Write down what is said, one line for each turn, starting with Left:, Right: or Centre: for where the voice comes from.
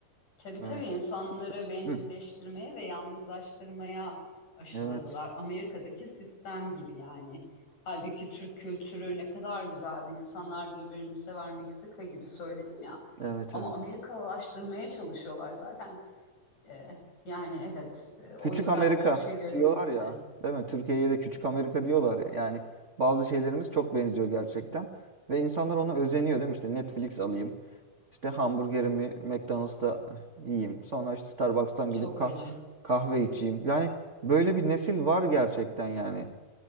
Left: Tabii
Right: Evet.
Left: tabii insanları bencilleştirmeye
Right: Hı.
Left: ve yalnızlaştırmaya aşıladılar.
Right: Evet.
Left: Amerika'daki sistem gibi yani. Halbuki Türk kültürü ne kadar güzeldi. İnsanlar birbirini sever Meksika gibi söyledim ya.
Right: Evet
Left: Ama
Right: evet.
Left: Amerikalılaştırmaya çalışıyorlar zaten. Ee, yani evet e, o
Right: Küçük
Left: yüzden
Right: Amerika
Left: o şeylerimiz
Right: diyorlar
Left: gitti.
Right: ya, değil mi? Türkiye'ye de Küçük Amerika diyorlar ya. Yani bazı şeylerimiz çok benziyor gerçekten. Ve insanlar ona özeniyor değil mi? İşte Netflix alayım. İşte hamburgerimi McDonald's'ta yiyeyim. Sonra işte Starbucks'tan
Left: Çok
Right: gidip ka-
Left: acı.
Right: kahve içeyim. Yani böyle bir nesil var gerçekten yani.